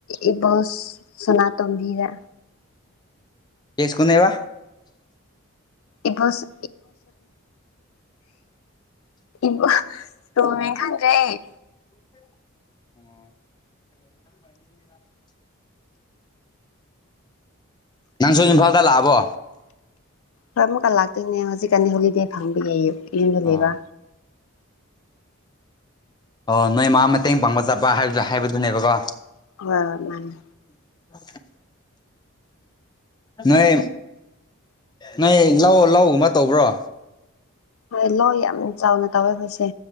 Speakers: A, on the left; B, on the left.
A: ꯏꯕꯣ ꯁꯅꯥꯇꫭꯝꯕꯤꯔ
B: ꯌꯦꯁꯀꫭꯅꯦꯕ꯫ꯥ
A: ꯏꯕꫭꯁ
B: <inaudible> <unintelligible> <inaudible> <unintelligible> ꯑꫭ <inaudible>
A: ꯏꯕꯣ ꯇꯣꯡꯃꯤꯡ ꯈꯪꯗ꯭ꯔꯦ ꯑꯩ
B: ꯅꯪꯁꯨꯨ ꯏꯝꯐꯥꯜꯗ ꯂꯥꯛꯑꯕꯣ꯫
A: ꯍꯣꯏ ꯑꯃꯨꯛꯀ ꯂꯥꯛꯇꯣꯏꯅꯦ ꯍꯧꯖꯤꯛꯀꯥꯟ ꯍꯣꯂꯤꯗꯦ ꯐꯪꯕꯒꯤ ꯌꯨꯝꯗ
B: ꯑꯣ
A: ꯂꯩꯕ꯫
B: ꯑꯣ ꯅꯣꯏ ꯃꯥ ꯃꯇꯦꯡ ꯄꯥꯡꯕ ꯆꯠꯄꯥ ꯍꯥꯏꯕꯗꯣ ꯍꯥꯏꯕꯗꯨꯅꯦꯕꯀꯣ꯫
A: ꯍꫭꯏ-ꯍꯥꯏ ꯃꯥꯅꯦ꯫
B: <unintelligible> ꯅꯣꯏ ꯅꯣꯏ ꯂꯧ ꯂꯧꯒꯨꯝꯕ ꯇꯧꯕ꯭ꯔꯣ꯫
A: ꯍꯣꯏ ꯂꯣ ꯌꯥꯝ ꯆꯥꯎꯅ ꯇꯧꯋꯦ ꯍꯣꯏꯁꯦ꯫